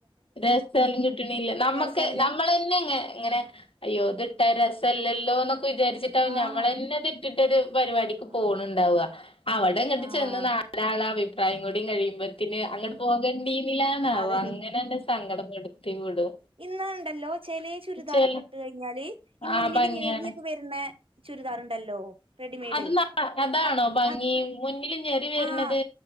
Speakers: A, on the left; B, on the right.
A: രസാലും കിട്ടണില്ല നമ്മക്ക്
B: രസല്ല
A: നമ്മളെ ന്നെ ഇങ്ങേ ഇങ്ങനെ അയ്യോ ഇത് ഇട്ടാ രസല്ലല്ലോ എന്നൊക്കെ വിചാരിച്ചിട്ടാവും
B: ആഹ്
A: ഞമ്മളെന്നെ ഇത് ഇട്ടിട്ടൊരു പരിപാടിക്ക്
B: ആഹ്
A: പോണുണ്ടാവാ അവടെ അങ്ങട്ട്
B: ആഹ്
A: ചെന്ന് നാലാളെ അഭിപ്രായം കൂടി കഴിയുമ്പത്തിന് അങ്ങട്ട് പോക ണ്ടിന്നില്ലാന്നാവും
B: അതെ
A: അങ്ങനണ്ട് സങ്കടപ്പെടുത്തി വിടും.
B: ഇന്നാണ്ടല്ലോ ചെല ചുരിദാറൊക്കെ
A: ചെല
B: ഇട്ട് കഴിഞ്ഞാല് ഈ
A: ആഹ്
B: മുന്നില്
A: ഭംഗിയാണ്
B: ഞെറിയൊക്കെ വര്ണേ ചുരിദാറുണ്ടല്ലോ റെഡിമെയ്ഡ്
A: അത് ന അതാണോ
B: ആഹ്
A: ഭംഗി
B: അത്
A: മുന്നില് ഞെറി വര്ണത്
B: ആഹ്